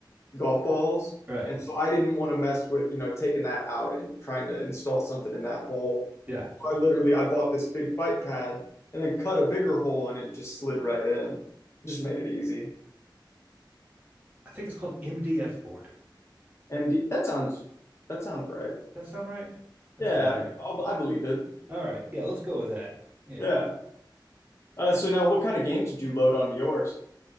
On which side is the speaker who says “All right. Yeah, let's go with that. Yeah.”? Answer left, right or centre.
Right